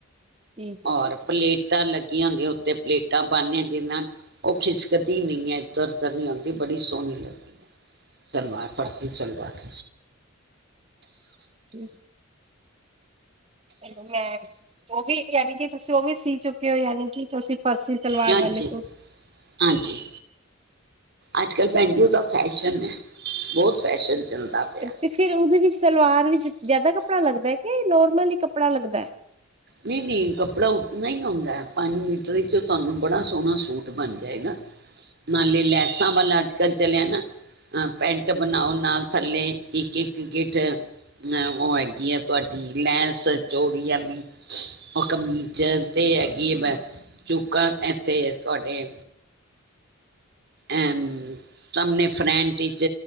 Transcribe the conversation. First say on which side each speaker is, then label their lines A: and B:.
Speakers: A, on the right; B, on the right.
A: ਠੀਕ ਹੈ
B: ਔਰ
A: ਠੀਕ ਹੈ
B: ਪਲੇਟਾਂ ਲੱਗੀਆਂ ਹੁੰਦੀਆਂ ਉੱਤੇ ਪਲੇਟਾਂ ਪਾਂਨੇ ਆਂ ਜਿਨਾਂ ਓ ਖਿਸਕਦੀ ਨਈਂ ਐ ਐਦਰ ਕਦੀ ਓਦਰ ਬੜੀ ਸੋਨੀ ਲੱਗਦੀ।
A: <inaudible>
B: ਹੈ ਸਲਵਾਰ ਫਰਸੀ
A: ਅੱਛਾ
B: ਸਲਵਾਰ।
A: ਸੂਟ ਐ ਵੀ ਮੈਂ ਓ ਵੀ ਯਾਨੀ ਕੇ ਤੁਸੀਂ ਓ ਵੀ ਸੀ ਚੁੱਕੇ ਓ, ਯਾਨੀ ਕਿ ਤੁਸੀਂ ਫਰਸੀ? ਸਲਵਾਰ
B: ਹਾਂਜੀ,
A: ਵਾਲੇ ਸੂਟ
B: ਹਾਂਜੀ। ਅੱਜ- ਕੱਲ੍ਹ ਭੈਨ ਜੀ ਉਹਦਾ ਫੈਸ਼ਨ ਐ, ਬੋਤ ਫੈਸ਼ਨ ਚੱਲਦਾ। ਪਿਆ
A: 'ਤੇ ਫੇਰ ਉਹਦੇ ਵਿੱਚ ਸਲਵਾਰ ਵਿੱਚ ਜਾਦਾ ਕੱਪੜਾ ਲੱਗਦੈ ਕੇ ਨੋਰਮਲ ਈ ਕੱਪੜਾ ਲੱਗਦੈ?
B: ਨਈਂ -ਨਈਂ, ਕੱਪੜਾ ਉਤਨਾ ਈ ਆਂਉਦੈ, ਪੰਜ ਮੀਟਰ ਵਿੱਚੋਂ ਤੁਹਾਨੂੰ ਬੜਾ ਸੋਂਣਾ ਸੂਟ ਬਨ ਜਾਏ ਨਾ। ਨਾਲੇ ਲੈਸਾਂ ਵਾਲਾ ਅੱਜ-ਕੱਲ੍ਹ ਚਲਿਐ ਨਾ। ਆਹ, ਪੈਂਟ ਬਨਾਓ ਨਾਲ ਥੱਲੇ ਇੱਕ-ਇੱਕ ਗਿੱਠ। ਨਾ, ਉਹ ਹੈਗੀ ਆ ਤੁਹਾਡੀ ਲੈਂਸ ਚੋੜੀ ਆਲੀ। ਉਹ ਕਮੀਜ਼ਰ ਤੇ ਹੈਗੀ ਏ‌, ਮੈਂ ਚੂੱਕਾਂ ਐੱਥੇ ਤੁਹਾਡੇ? ਐਮ, ਸਾਮਨੇ ਫਰੈਂਟ ਵਿੱਚ